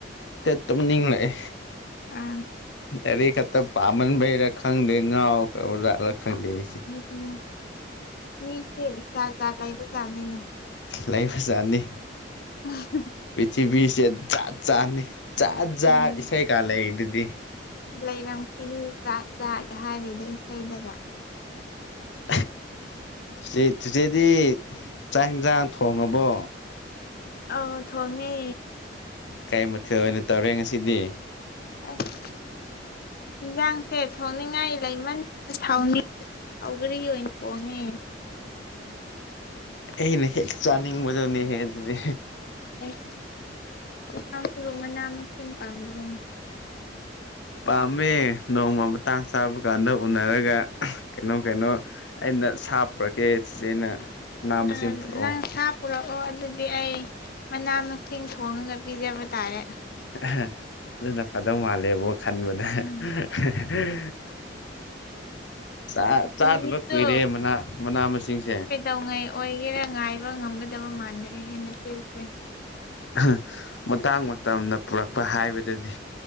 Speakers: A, on the left; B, on the left.
A: ꯇ ꯇꯨꯝꯅꯤꯡꯂꯛꯑꯦ
B: ꯑꯥ
A: ꯂꯥꯏꯔꯤ ꯈꯛꯇ ꯄꯥꯕꯟꯕꯩꯔ ꯈꯪꯗꯦ ꯉꯥꯎꯈꯔꯕ ꯖꯥꯠꯂ ꯈꯪꯗꯦ ꯑꯩꯁꯦ
B: ꯎꯝ ꯃꯤꯁꯦ ꯖꯥꯠ ꯖꯥꯠ ꯂꯩꯕ ꯖꯥꯠꯅꯤꯅꯦ
A: ꯂꯩꯕ ꯖꯥꯠꯅꯤ
B: ꯎꯝꯍꯨꯝ
A: ꯄꯤꯊꯤꯕꯤꯁꯦ ꯖꯥꯠ ꯖꯥꯠꯅꯤ ꯖꯥꯠ ꯖꯥꯠ
B: ꯎꯝ
A: ꯏꯁꯩ ꯀꯥ ꯂꯩꯔꯤꯗꯨꯗꯤ
B: ꯂꯩꯔꯝꯈꯤꯅꯤ ꯖꯥꯠ ꯖꯥꯠꯒ ꯍꯥꯏꯔꯤꯗꯣ ꯏꯁꯩꯗꯒ
A: ꯑꯍ ꯆꯦ ꯆꯤꯆꯦꯗꯤ ꯆꯥꯛ ꯏꯟꯖꯥꯡ ꯊꯣꯡꯉꯕꯣ
B: ꯑꯧ ꯊꯣꯡꯉꯦ
A: ꯀꯩ ꯃꯊꯦꯜ ꯑꯣꯏꯅ ꯇꯧꯔꯦ ꯉꯁꯤꯗꯤ
B: ꯑꯁ ꯏꯟꯖꯥꯡꯁꯦ ꯊꯣꯡꯅꯤꯡꯉꯥꯏ ꯂꯩꯃꯟ ꯍꯥꯎꯅꯤ ꯁꯧꯒ꯭ꯔꯤ ꯑꯣꯏꯅ ꯊꯣꯡꯉꯦ
A: ꯑꯩꯅ ꯍꯦꯛ ꯆꯥꯅꯤꯡꯕꯗꯨꯅꯦꯍꯦ ꯑꯗꯨꯗꯤ
B: ꯑꯦ ꯏꯅꯥꯎꯁꯨ ꯃꯅꯥ ꯃꯁꯤꯡ ꯄꯥꯝꯕꯔꯣꯅꯦ
A: ꯄꯥꯝꯃꯦ ꯅꯣꯡꯃ ꯃꯇꯥꯡ ꯆꯥꯕ ꯀꯥꯟꯗ ꯎꯅꯔꯒ ꯀꯩꯅꯣꯝꯀꯩꯅꯣ ꯑꯩꯅ ꯁꯥ ꯄꯨꯔꯛꯀꯦ ꯆꯤꯆꯦꯅ ꯃꯅꯥ ꯃꯁꯤꯡ
B: ꯑ
A: ꯄꯨꯔꯛꯑꯣ
B: ꯅꯪ ꯁꯥ ꯄꯨꯔꯛꯑꯣ ꯑꯗꯨꯗꯤ ꯑꯩ ꯃꯅꯥ ꯃꯁꯤꯡ ꯊꯣꯡꯉꯒ ꯄꯤꯖꯕ ꯇꯥꯔꯦ
A: ꯑꯍ ꯑꯗꯨꯅ ꯐꯗꯧ ꯃꯥꯜꯂꯦꯕꯣ ꯈꯟꯕꯗ ꯍꯦ
B: ꯎꯝ
A: ꯍꯍ ꯍ ꯆꯥ ꯆꯥꯗꯕ
B: ꯅꯨꯃꯤꯠꯇꯣ
A: ꯀꯨꯏꯔꯦ ꯃꯅꯥ ꯃꯅꯥ ꯃꯁꯤꯡꯁꯦ
B: ꯗꯧꯉꯩ ꯑꯣꯏꯒꯦꯔꯥ ꯉꯥꯏꯕ ꯉꯝꯒꯗꯕ ꯃꯥꯟꯗ꯭ꯔꯦꯍꯦ ꯅꯆꯦꯁꯦ
A: ꯑꯍ ꯃꯇꯥꯡ ꯃꯇꯝꯅ ꯄꯨꯔꯛꯄ ꯍꯥꯏꯕꯗꯨꯅꯤ